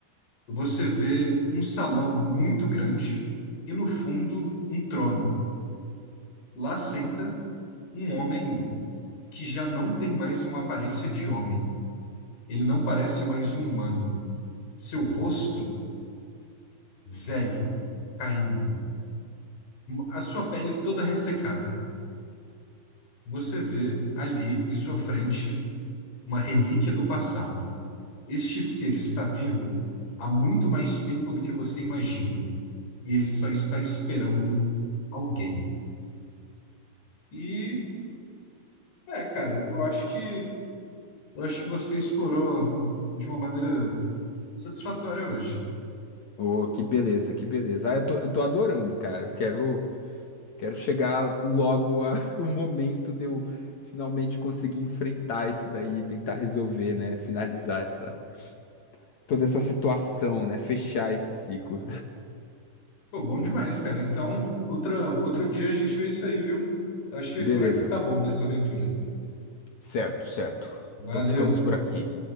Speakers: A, on the left; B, on the left.
A: você vê um salão muito grande e no fundo um trono. Lá senta um homem que já não tem mais uma aparência de homem. Ele não parece mais um humano. Seu rosto velho, caindo, a sua pele toda ressecada. Você vê ali em sua frente uma relíquia do passado. Este ser está vivo há muito mais tempo do que você imagina, e ele só está esperando alguém. E é, cara, eu acho que eu acho que você explorou de uma maneira satisfatória hoje.
B: Oh, que beleza, que beleza. Ah, eu tô, eu tô adorando, cara. Eu quero, quero chegar logo a- <laughs> o momento de eu finalmente conseguir enfrentar isso daí e tentar resolver, né? Finalizar essa, toda essa situação, né? Fechar esse ciclo.
A: Pô, bom demais, cara. Então, outra, outro dia a gente vê isso aí, viu? Acho que
B: <laughs>
A: por aqui tá bom
B: Beleza.
A: nessa aventura.
B: Certo, certo.
A: Valeu.
B: Então ficamos por aqui.